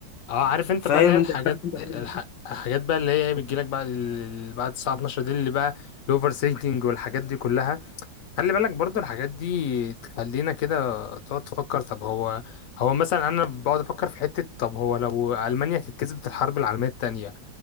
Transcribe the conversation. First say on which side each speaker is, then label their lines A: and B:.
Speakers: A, on the left; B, on the left.
A: اه عارف انت
B: فاهم
A: بقى اللي هي الحاجات
B: انت <laughs> عارف انت الحاجات
A: الح...
B: دي؟
A: الحاجات بقى اللي هي ايه بتجيلك بعد ال... بعد الساعة 12 دي اللي بقى الاوفر سينكينج والحاجات دي كلها خلي بالك برضه الحاجات دي تخلينا كده تقعد تفكر طب هو هو مثلا انا بقعد افكر في حتة طب هو لو المانيا كانت كسبت الحرب العالمية التانية